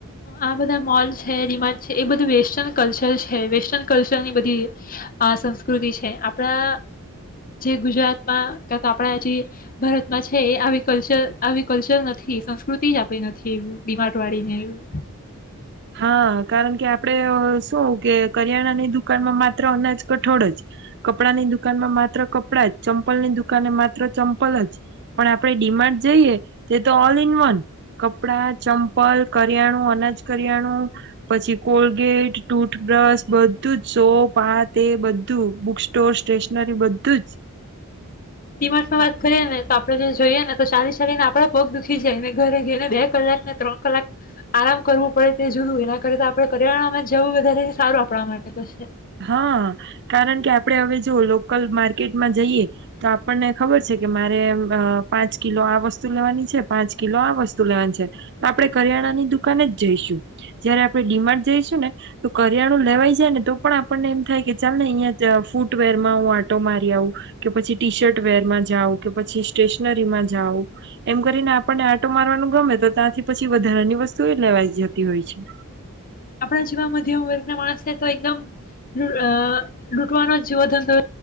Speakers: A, on the left; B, on the right.
A: આ બધા મોલ છે ડીમાટ છે એ બધું વેસ્ટન કલ્ચર છે વેસ્ટન કલ્ચરની બધી, સંસ્કૃતિ છે આપણા જે ગુજરાતમાં ક આપણા, જે ભારતમાં છે એ આવી કલ્ચર આવી કલ્ચર નથી સંસ્કૃતિ જ આપણી નથી એું ડડીમાટ વાળીને એવી.
B: હા કારણ કે આપડે શું કે કરિયાણાની દુકાનમાં માત્ર અનાજ કઠોળ જ, કપડાની દુકાનમાં માત્ર કપડાં જ ચંપલની દુકાને માત્ર ચંપલ જ, પણ આપણે ડિમાન્ડ જઈએ તે તો ઓલ ઇન વન કપડા ચંપલ કરિયાણું અનાજ કરિયાણું, પછી કોલગેટ ટુથબ્રશ બધું જ સો પાત એ બધું બુક સ્ટોર સ્ટેશનરી બધું જ.
A: ીમાસમાં વાત કરીયએ ને તો આપડે જો જોઈએ ને તો સારી સલીને આપડા પગ દુખી જાયને ઘરે જઈને બે કલાક ને ત્રણ કલાક, આરામ કરવું પડે તે જોયું એના કર તો આપડણે કરિયાણામાં જવું વધારે સારું આપણા માટે તો છે.
B: હા, કારણ કે આપડે હવે જો લોકલ માર્કેટમાં જઈએ તો આપણને ખબર છે કે મારે પાંચ કિલો આ વસ્તુ લેવાની છે પાંચ કિલો આ વસ્તુ લેવાની છે, તો આપડણે કરિયાણાની દુકાાન જ જઈશું જયારે આપણે ડીમાર્ડ જઈશું, ને તો કરિયાણું લેવાઈ જાય ને તો પણ આપણને એમ થાય કે ચાલ ને અહીં ફૂટવેર માં હું આટો મારી આવં, કે પછી ટી શર્ટ વેર માં જાઉં કે પછી સ્ટેશનરી માં જાઉં, એમ કરીને આપણને આટો મારવાનું ગમે તો ત્યાંથી પછી વધારાની વસ્તુ એ લેવાઈ જતી હોય છે.
A: આપણા જીવા મધ્યમ વર્ગ ના માણસને તો એકદમ અ લૂટવાનો જીવો ધંધો